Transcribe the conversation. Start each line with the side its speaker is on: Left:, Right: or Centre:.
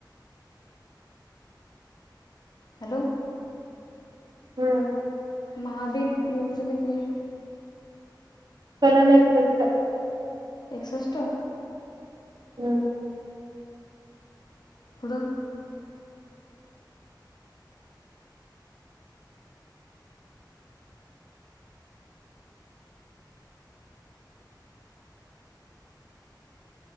Left: हॅलो
Right: हम्म
Left: महाबी येऊचं कती
Right: कोलामेचत
Left: एकसष्ट
Right: हम्म
Left: पुढं